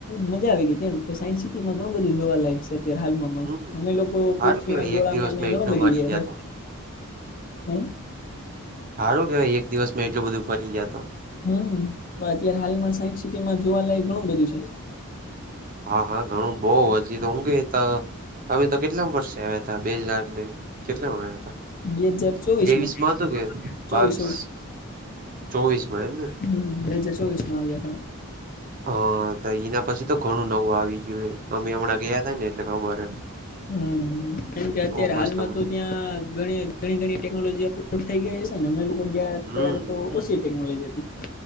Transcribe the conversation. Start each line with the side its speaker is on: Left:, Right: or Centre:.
Left: મજા આવી ગઈ એમ કે સાયન્સ સિટીમાં ઘણું બધું જોવા લયક છે અત્યારે હાલમાં
Right: હમ
Left: અમે લોકો
Right: સારું
Left: પૃથ્વી
Right: કેવાય
Left: ના ગોળામાંને
Right: એક દિવસ મેં
Left: ઘણું
Right: એટલું
Left: બધું
Right: ફરી
Left: ગયા છે
Right: તો
Left: હ. <inaudible>
Right: સારું કેવાય એક દિવસ માં એટલું બધું ફરી ગયા તો
Left: હું. અત્યારે હાલમાં સાયન્સ સિટીમાં જોવાલાયક ઘણું બધું છે.
Right: હા હા ઘણું બહુ હજી તો. તમે તો કેટલા માં વર્ષે આવ્યા હતા. બે જણાને લઈને કેટલા <unintelligible> આવ્યા હતા.
Left: બે હજાર ચોવીસમાં
Right: ત્રેવીસ માં હતું કે,
Left: ચોવીસ
Right: બાવીસ,
Left: ચોવીસ
Right: ચોવીસ માં એમ ને
Left: હ બે હજાર ચોવીસ માં આવ્યા ત.
Right: હ, તો એના પછી તો ઘણું નવું આવી ગયું છે. અમે હમણાં ગયા થા ને એટલે ખબર એમ.
Left: હ કેમ કે અત્યારે
Right: બહુ મસ્ત
Left: હાલમાં
Right: મસ્ત
Left: તો ત્યાં ઘણી. ઘણી, ઘણી ટેકનોલોજી થઈ ગઈ છે ને અમે લોકો ગયા
Right: હમ
Left: ત્યારે તો ઓછી ટેકનોલોજી હતી.